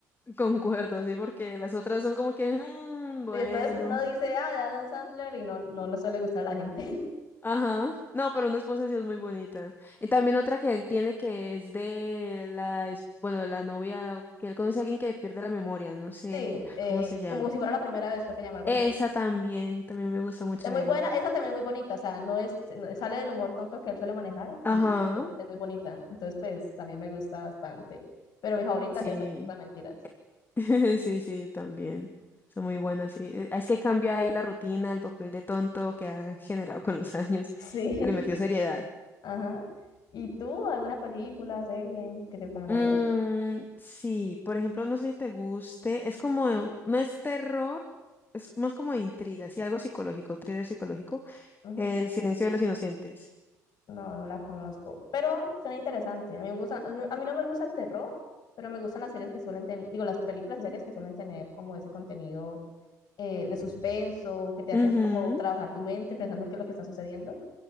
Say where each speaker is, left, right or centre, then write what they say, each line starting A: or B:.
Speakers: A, on the left; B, on the left.
A: concuerdo, sí, porque las otras son como que, "Mm, bueno.
B: Sí, entonces uno dice, ah, de Adam Sandler, y no, no le suele gustar a la gente. <laughs>
A: Ajá. No, pero una esposa sí es muy bonita. Y también otra que él tiene que es de la, es- bueno, de la novia, que él conoce a alguien que pierde la memoria, no sé
B: Sí,
A: <laughs>
B: eh,
A: cómo se llama.
B: como si fuera la primera vez, creo que llama algo
A: Esa
B: así.
A: también, también me gusta mucho
B: Es muy
A: de
B: buena,
A: él.
B: esa también es muy bonita, o sea, no es, no- sale del humor tonto que él suele manejar
A: Ajá.
B: y es, es muy bonita. Entonces, pues también me gusta bastante. Pero mi favorita
A: Sí,
B: es esa, las mentiras.
A: <laughs> sí, sí, también. Son muy buenas, sí. Eh, Es que cambia ahí la rutina, el papel de tonto que ha generado con los <laughs> años
B: Sí, <laughs>
A: y le metió seriedad.
B: ajá. ¿Y tú, alguna película, serie que te recomendarías?
A: Mm, sí, por ejemplo, no sé si te guste, es como, no es terror, es más como de intriga, sí, algo psicológico, thriller psicológico,
B: Ujú.
A: El silencio de los inocentes.
B: No, no la conozco, pero suena interesante. A mí me gusta, a mí no me gusta el terror, pero me gustan las series que suelen tener, digo, las películas y series que suelen tener como ese contenido eh, de suspenso, que te hacen
A: Ujú,
B: como trabajar tu mente pensando qué es lo que está sucediendo.